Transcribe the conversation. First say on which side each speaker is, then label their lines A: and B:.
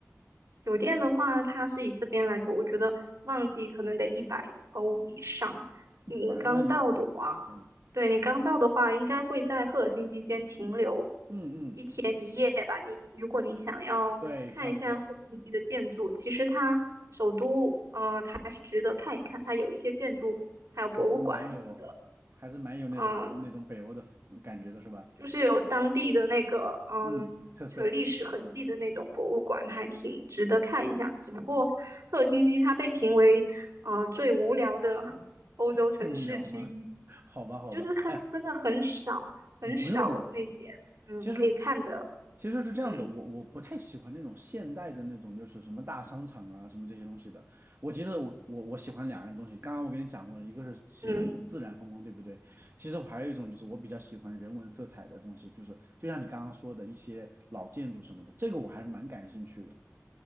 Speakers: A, on the right; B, on the right.
A: 酒店的话，它是以这边来说，我觉得旺季可能得一百欧以上。
B: 一百欧以上，
A: 你刚到的话，
B: 天呐，
A: 对你刚到的话，应该会在赫尔辛基先停留
B: 嗯嗯，
A: 一天一夜吧。你如果你想要看一下赫尔辛基的建筑，
B: 对，差不多，
A: 其实它首都，呃，它还是值得看一看，它有一些建筑，还有博物馆什么的。
B: 还是蛮有，还是蛮有那种那种北欧的感觉的，
A: 嗯、
B: 是吧？
A: 就是有当地的那个嗯，
B: 嗯，特色，
A: 就有历史痕迹的那种博物馆，还挺值得看一下。只不过赫尔辛基它被评为呃最无聊的 <laughs> 欧洲城市之一，
B: <laughs> 去无聊吗？<laughs> 好吧，好吧，
A: 就是看真的很少很少那些嗯可以看的，
B: 哎。嗯不用，其实其实是这样子，
A: 嗯
B: 我我不太喜欢那种现代的那种，就是什么大商场啊，什么这些东西的。我其实我我我喜欢两样东西，刚刚我跟你讲过了，一个是喜欢那种自然风光，
A: 嗯
B: 对不对？其实我还有一种就是我比较喜欢人文色彩的东西，就是就像你刚刚说的一些老建筑什么的，这个我还是蛮感兴趣的。